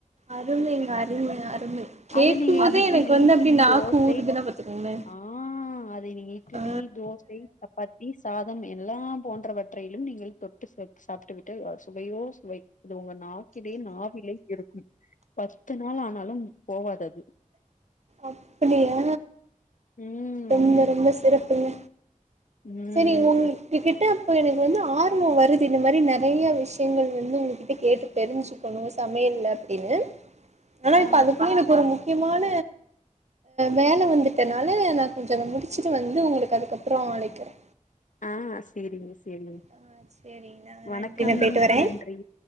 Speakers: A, on the right; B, on the left.
A: அருமைங்க அருமை அருமை கேக்கும்
B: அது நீங்க
A: போதே
B: இட்லி
A: எனக்கு வந்து அப்டி நாக்கு
B: தோசை
A: ஊறுதுன்னா பாத்துக்கோங்களே
B: ஆ அதை நீங்க இட்டுலி
A: ஆ
B: தோசை சப்பாத்தி சாதம் எல்லா போன்றவற்றையிலு நீங்கள் தொட்டு சாப்ட்டு விட்டு சுவையோ சுவை இது உங்க நாக்கிலே நாவிலே இருக்கும் பத்து நாள் ஆனாலும் போவாது அது
A: அப்புடியா
B: ம்
A: ரொம்ப
B: ஆமாங்க
A: ரொம்ப சிறப்புங்க
B: ம்
A: செரி உங் உங்கக்கிட்ட அப்போ எனக்கு வந்து ஆர்வோ வருது இந்த மாரி நெறயா விஷ்யங்கள் வந்து உங்ககிட்ட கேட்டு தெரிஞ்சு கொணோ சமையல்ல அப்டின்னு ஆனா
B: ஆ
A: இப்ப அதுக்குல ஒரு முக்கியமான வேல வந்துட்டனால நா கொஞ்சோ அத முடிச்சிட்டு வந்து உங்குளுக்கு அதுக்கப்புறோ அலைக்குறே
B: ஆ சேரிங்க சேரிங்க
A: ஆ சரிங்கண்ணா
B: வணக்கம்
A: நன்றி நா போயிட்டு வரே
B: நன்றி